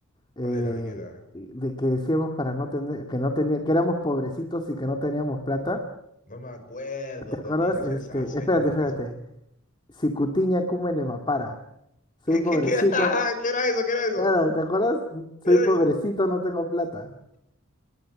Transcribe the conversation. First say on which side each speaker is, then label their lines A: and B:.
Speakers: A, on the left (about 20°); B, on the left (about 40°).
A: Eh,
B: ¿Cuál era? ¿De qué era?
A: de que decíamos para no tener, que no tenía, que éramos pobrecitos y que no teníamos plata.
B: No me acuerdo,
A: ¿Te
B: también
A: acuerdas?
B: hace,
A: Este,
B: hace
A: espérate,
B: años que
A: espérate.
B: fue eso.
A: Sicutiña cúmene mapara. Soy
B: ¿Qué,
A: pobrecito.
B: qué, qué, <laughs> qué era eso? ¿Qué era eso?
A: Claro, ¿te acuerdas?
B: ¿Qué
A: Soy
B: era
A: pobrecito, no tengo plata.